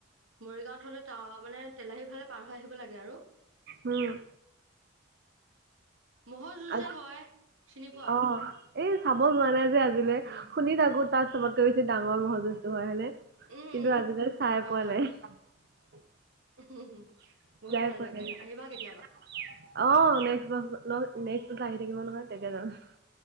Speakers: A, on the right (about 85°); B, on the right (about 50°).
A: মৰিগাঁৱত হলে ত মানে তেলাহী ফালে পাৰ হৈ আহিব লাগে আৰু।
B: উম
A: ম'হৰ যুঁজ
B: আজি
A: যে হয়, চিনি পোৱা?
B: অ এই চাবো যোৱা নাই। যে আজিলে
A: উম
B: শুনি থাকো তাত ছবত সৱৎসে ডাঙৰ
A: উম
B: মহ যুজুটো হয় হয়েনে?
A: উম
B: কিন্তু
A: উম
B: আজিলে চাই
A: হয়
B: পোৱা
A: হয়
B: নাই। হয়।
A: <inaudible>
B: যাই
A: বহুত
B: পোৱা
A: ভাল লাগে
B: নাই
A: আহিবা কেতিয়াবা।
B: অ' <unintelligible> আহি থাকিব নহয় তেতিয়া যাম।